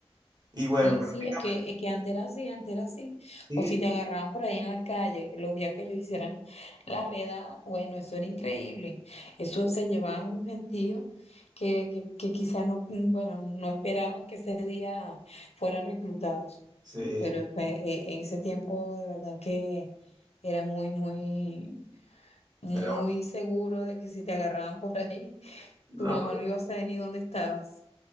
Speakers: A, on the right; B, on the left.
A: Y bueno,
B: Sí,
A: prácticamente
B: sí, es que, es que antes era así, antes era así.
A: sí,
B: O si te agarraban por ahí en la calle, los días que ellos hicieran la redada, bueno, eso era increíble. Eso se llevaban un gentío que, que, que quizás no, mm, bueno, no esperaban que ese día fueran reclutados.
A: sí,
B: Pero fue- e- en ese tiempo de verdad que era muy, muy, muy
A: pero
B: seguro de que si te agarraban por ahí,
A: no,
B: tu mamá no iba a saber ni dónde estabas.